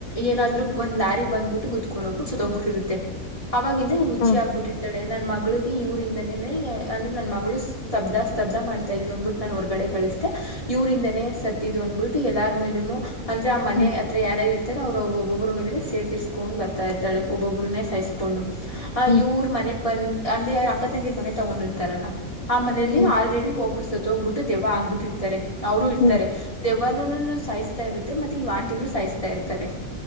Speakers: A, on the left; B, on the left.
A: ಏನಾದ್ರು ಒಂದ್ ಲಾರಿ ಬಂದ್ಬಿಟ್ಟು ಗೂತ್ಕೊಂಡ್ ಹೋಗ್ಬಿಟ್ಟು ಸತೋಗ್ಬಿಟ್ಟಿರುತ್ತೆ. ಅವವಾಗಿಂದ ಇವಳ
B: ಹ
A: ಆಗ್ಬಿಟ್ಟಿರ್ತಳ ನನ ಮಗಳಿಗೆ ಕ ಇವರಿಂದನೇ ಅಂದ್ರರೆ ನನ್ನ ಮಗಳು ಸ್ತಬ್ಧ ಸ್ತಬ್ಧ ಮಾಡ್ತಾ ಇಲ್ಲು ಅಂದ್ಬಿಟ್ಟು ನಾನು ಹೊರಗಡೆ ಕಳಿಸ್ದೆ. ಇವರಿಂದನೇ ಸತ್ತಿದು ಅಂದಬಿಟ್ಟು ಎಲ್ಲಾರ ಮೇಲೂನು ಅಂದ್ರೆ ಆ ಮನೆ
B: ಹ್ಮ್
A: ಹತ್ರ ಯಾರ ಇರ್ತ ರ ಅವರು ಒಬ್ಬೊಬ್ಬ್ರ ಮೇಲೆನೆ ಸೇರ್ ತಿರ್ಸ್ಕೊಂಡು ಬರ್ತಾ ಇರ್ತಾಳೆ ಒಬ್ಬೊಬ್ನ್ನೇ ಸಾಯಿಸ್ಕೊಂಡು. ಆ
B: ಹ್ಮ್
A: ಇವ್ರ ಮನೆ ಬಂದ್ ಅಂದ್ರೆ ಅಕ್ಕ ತಂಗಿರ್ ಮನೆ ತಗೊಂಡಿರ್ತಾರಲ್ಲ. ಆ ಮನೆಯಲ್ಲಿ
B: ಹ್ಮ್
A: ಆಲ್ರೆಡಿ ಒಬ್ರು ಸತ್ ಹೋಗ್ಬಿಟ್ಟು ದೇವ ಆಗ್ಬಿಟ್ಟಿರ್ತಾರೆ ಅವರು ಇರ್ತಾರೆ.
B: ಹ್ಮ್
A: ದೆವ್ನನು ಸಾಯಿಸ್ತಾ ಇರುತ್ತೆ ಮತ್ತೆ ಈ ಆಂಟಿನೂ ಸಾಯಿಸ್ತಾ ಇರ್ತಾರೆ.